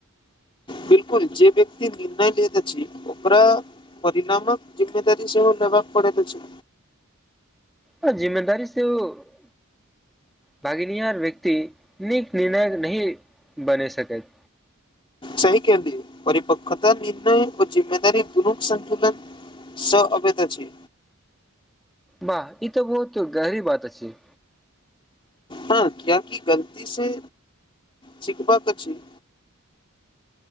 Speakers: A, on the left; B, in the centre.
A: बिलकुल जे व्यक्ति निर्णय लैत अछी ओकरा- - परीरणामक जिम्ममेदारी सेहो लेबाक पड़े त अछी।
B: आ जिम्मेदारी से ओ- - भागनिहार व्यक्ति नीक निर्णय नहि बनि सकैत।
A: सही केलियै परिपकता निर्णय व जिम्मेदारी दुनु संन्तुलन। स अबे अछी।
B: बाह ई तऽ बहुत गहरी बात अछि।
A: हँ किय कि गलती से छिकबाक अछि।